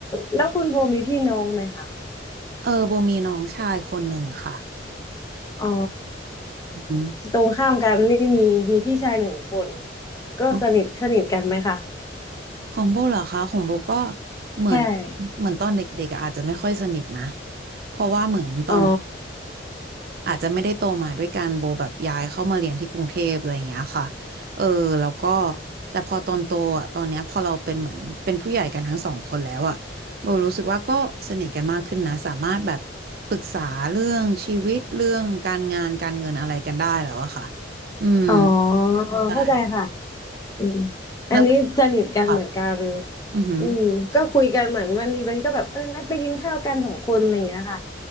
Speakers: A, on the left; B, on the right.
A: แล้วคุณโบมีพี่น้องไหมคะ
B: เออโบมีน้องชายคนหนึ่งค่ะ
A: อ๋อ
B: อืม
A: ตรงข้ามกันนี่มีมีพี่ชายหนึ่งคนก็สนิทสนิทกันไหมคะ
B: อ๋อของโบเหรอคะ ของโบก็เหมือน
A: ใช่
B: เหมือนตอนเด็กๆอะอาจจะไม่ค่อยสนิทนะ เพราะว่าเหมือนตอน
A: อ๋อ
B: อาจจะไม่ได้โตมาด้วยกันโบแบบย้ายเข้ามาเรียนที่กรุงเทพอะไรอย่างเงี้ยค่ะเออแล้วก็แต่พอตอนโตอ่ะตอนเนี้ยพอเราเป็นเหมือนเป็นผู้ใหญ่กันทั้งสองคนแล้วอ่ะโบรู้สึกว่าก็สนิทกันมากขึ้นนะสามารถแบบปรึกษาเรื่องชีวิตเรื่องการงานการเงินอะไรกันได้แล้วอะค่ะอืม
A: อ๋อ
B: ใช่
A: เข้าใจค่ะอืมอันนี้สนิทกันเหมือนกัน
B: แล้วค่ะอือหือ
A: อืมก็คุยกันเหมือนวันนี้มันก็แบบเออนัดไปกินข้าวกันสองคนอะไรอย่างเงี้ยค่ะ